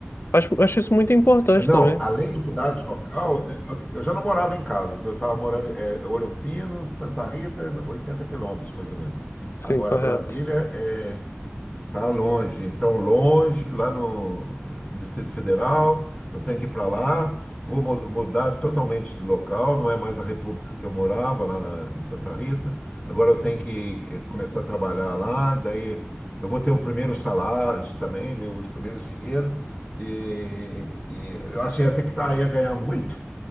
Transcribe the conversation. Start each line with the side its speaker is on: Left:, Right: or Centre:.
Left: Acho, acho isso muito importante
Centre: Não,
Left: também.
Centre: além de mudar de local, né, eu, eu já não morava em casa, eu estava morando em Ouro Fino, Santa Rita, 80 quilômetros mais ou menos.
Left: Sim,
Centre: Agora,
Left: correto.
Centre: Brasília é Tá longe, então longe, lá no Distrito Federal, eu tenho que ir para lá, vou mu- mudar totalmente de local, não é mais a república que eu morava lá na- em Santa Rita. Agora eu tenho que eh, começar a trabalhar lá, daí eu vou ter o primeiro salário também, meus primeiros dinheiros, e, e eu achei até que tá, ia ganhar muito.